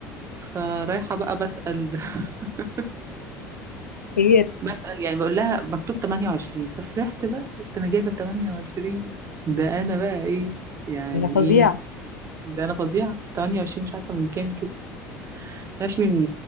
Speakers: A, on the right (about 35°); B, on the left (about 90°).
A: فرايحه بقى بسأل <laughs>
B: خير
A: بسأل يعني بقول لها مكتوب 28 ففرحت بقى قلت انا جايبه 28 ده انا بقى ايه يعني
B: انا فظيعة
A: ايه ده انا فظيعه 28 مش عارفه من كام كده مش من